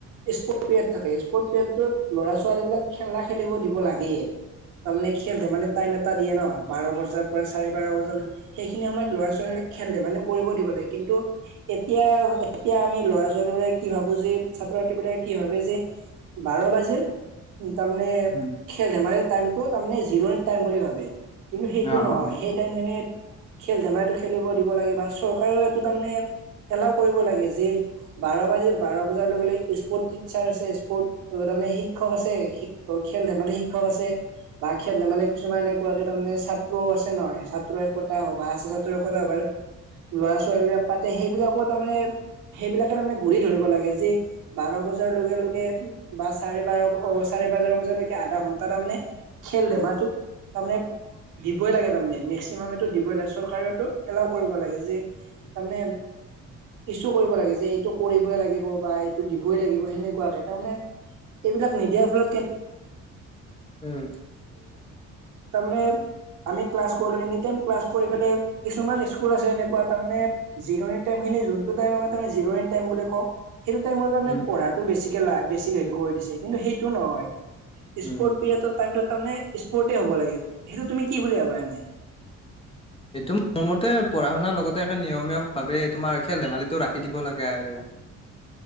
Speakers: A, on the right; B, on the left.
A: স্পৰ্ট পিৰিয়ড থাকে স্পৰ্ট পিৰিয়ডত ল'ৰা ছোৱালী বিলাক খেলা খেলিব দিব লাগেই তাৰমানে খেল ধেমালিত টাইম এটা দিয়ে ন বাৰ বজাৰ পৰা চাৰে বাৰ বজালে সেইখিনি সময়ত ল'ৰা ছোৱালীাক খেললে মানে কৰিব দিব লাগে কিন্তু এতিয়া এতিয়া আমি ল'ৰা ছোৱালী বিলাক কি ভাবো যে ছাত্ৰ ছাত্ৰী বিলাক কি ভাবে যে বাৰ বাজিল তামানে
B: উম,
A: খেলে ধেমালি টাইমটো তে জিৰণিত টাইম বুলি ভাবে কিন্তু সেইটো
B: অ
A: নহয়
B: অ
A: সেই টাইম খিনিত খেল ধেমালিতটো খেলিব দিব লাগে বা চৰকাৰেও এইটো তাৰমানে এলাও কৰিব লাগে যে বাৰ বাজিল বাৰ বজাৰ লগে লগে স্পৰ্ট টিচাৰ আছে স্পৰ্ট তাৰমানে শিক্ষক আছে খেল ধেমালি শিক্ষক আছে বা খেল ধেমালি কিছুমান এনেকুৱা তাৰমানে ছাত্ৰও আছে নহয় ছাত্ৰ একতা সভা আছে ছাত্ৰ একতা সভাৰ ল'ৰা ছোৱালী বিলাক পাতে সেইবিলাকৰ তাৰমানে সেইবিলাকে তাৰমানে ঘূৰি ধৰিব লাগে যে বাৰ বজাৰ লগে লগে বা চাৰে বাৰ চাৰে বাৰ বজালৈকে আধা ঘন্টা তাৰমানে খেল ধেমালটোোক তাৰানে দিবই লাগে তাৰে মেক্সিমামটো দিবই লাগে চৰকাৰেওটো এলাও কৰিব লাগে যে তাৰমানে ইছু কৰিব লাগে যে এইটো কৰিবই লাগিব বা এইটো দিবই লাগিব সেনেকুৱাকে তাৰমানে এইবিলাক নিদিয়াৰ ফলত কে
B: উম
A: তাৰে আমি্লাো এাই্লা কিছুমান স্ুল আছে এনেকুৱা তাৰ জিৰণিৰিৰণিৰ াইম বুলি ক এইটো টাইমত মানে
B: উম,
A: পঢ়াতটো বেছি লাখ বেছিক সেটো কৰি দিছে কিন্তু সেই নহয়
B: উম
A: স্পৰ্ট পিৰিয়ডৰ টাইমটোত তাৰমানে স্পৰ্টে হ'ব লাগে। সেইটো তুমি কি বুলি ভাবা এনে?
B: এইটো মোৰ মতে পঢ়া শুনাৰ লগতে এখন নিয়মীয়া ভাৱে তোমাৰ খেল-ধেমালিটো ৰাখি দিব লাগে আৰু।